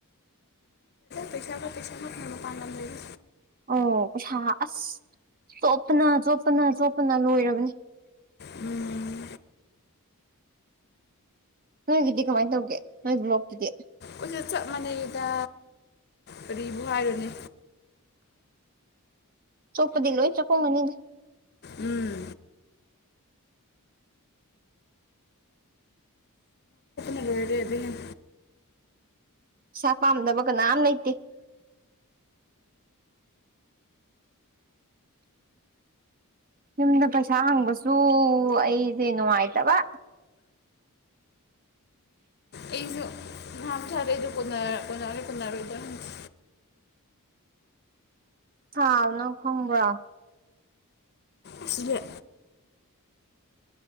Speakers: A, on the left; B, on the right.
A: ꯄꯩꯁꯥꯕ ꯄꯩꯁꯥ ꯃꯈ ꯀ ꯑꯃꯣ ꯄꯥꯟꯂꯝꯖꯔꯤ
B: ꯑꯣ ꯄꯩꯁꯥ ꯑꯁ ꯆꯣꯞꯄꯅ ꯆꯣꯞꯄꯅ ꯆꯣꯞꯄꯅ ꯂꯣꯏꯔꯕꯅꯤ
A: ꯎꯝ
B: ꯅꯣꯏꯒꯤꯗꯤ ꯀꯃꯥꯏꯅ ꯇꯧꯒꯦ ꯅꯣꯏ ꯕ꯭ꯂꯣꯛꯀꯤꯨꯗꯤ
A: ꯑꯩꯁꯦ ꯆꯞ ꯃꯥꯟꯅꯩꯗ ꯀꯔꯤꯕꯨ ꯍꯥꯏꯔꯨꯅꯦ
B: ꯆꯨꯞꯄꯗꯤ ꯂꯣꯏ ꯆ ꯀꯨꯝ ꯃꯅꯤꯗꯤ
A: ꯎꯝ ꯂꯣꯏꯔꯕꯤ
B: ꯄꯩꯁꯥ ꯄꯥꯝꯗꯕ ꯀꯅꯥꯝ ꯂꯩꯇꯦ ꯌꯨꯝꯗ ꯄꯩꯁꯥ ꯍꯪꯕꯁꯨ ꯑꯩꯗꯤ ꯅꯨꯡꯉꯥꯏꯇꯕ
A: ꯑꯩꯁꯨ ꯉꯥꯝ ꯊꯥꯔꯦꯗ ꯀꯣꯟꯅ ꯀꯣꯟꯅꯔꯦ ꯀꯣꯟꯅꯔꯣꯏꯗ꯭ꯔꯥ ꯈꯪꯗꯦ
B: ꯊꯥꯎꯅ ꯈꯣꯡꯕ꯭ꯔ
A: ꯁꯤꯖꯦ